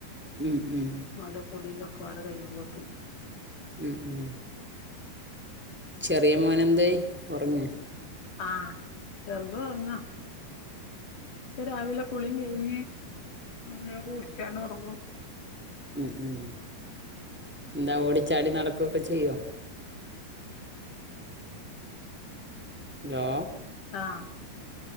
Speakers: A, in the centre; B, on the left.
A: ഉം ഉം
B: ഓലെ കുളിം ഇല്ലൊക്കെ പാടെ കയ്യുമ്പോത്തിന്.
A: ഉം ഉം. ചെറിയ മോനെന്തായി ഒറങ്ങേ?
B: ആഹ് ചെർത് ഒർങ്ങാ. പ്പൊ രാവിലെ കുളിംകയ്ഞ്ഞ് എന്തെലൊക്കെ കുട്ച്ചാണ്ട് ഒറങ്ങും.
A: ഉം ഉം എന്താ ഓടിച്ചാടി നടക്കൊക്കെ ചെയ്യോ. ലോ.
B: ആഹ്.